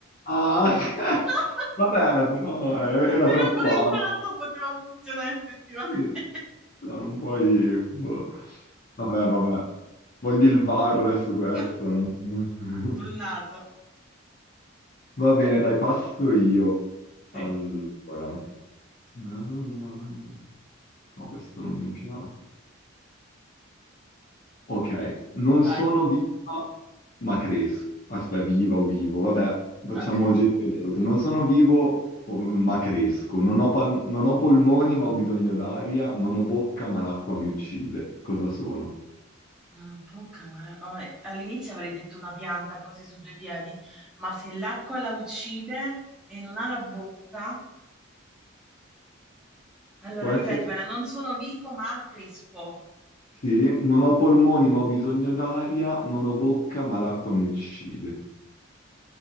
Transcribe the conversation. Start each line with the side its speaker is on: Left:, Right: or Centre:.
Left: Ah, <laughs> ok.
Centre: <laughs>
Left: vabbè, però era, era
Centre: Però
Left: troppo
Centre: pure
Left: ampio.
Centre: il naso poteva funzionare effettivamente.
Left: Sì. No, non puoi... boh. Vabbè, vabbè. Voglio il VAR su questo.
Centre: <laughs>
Left: non- <laughs>
Centre: Sul naso.
Left: Va bene, dai, passo io. Allora.
Centre: Sì,
Left: No, questo non mi piace. Ok, non
Centre: vai.
Left: sono viva, ma cresco. Aspetta, viva o vivo, vabbè, facciamo
Centre: Ok.
Left: genere neutro. Non sono vivo, o- ma cresco. Non ho, pal- non ho polmoni, ma ho bisogno d'aria. Non ho bocca, ma l'acqua mi uccide. Cosa sono?
Centre: Non ho bocca, ma vabbè, all'inizio avrei detto una pianta così su due piedi, ma se l'acqua la uccide e non ha la bocca, allora
Left: Può
Centre: ripetimela,
Left: essere...
Centre: non sono vivo, ma cresco.
Left: Sì, non ho polmoni, ma ho bisogno d'aria. Non ho bocca, ma l'acqua mi uccide.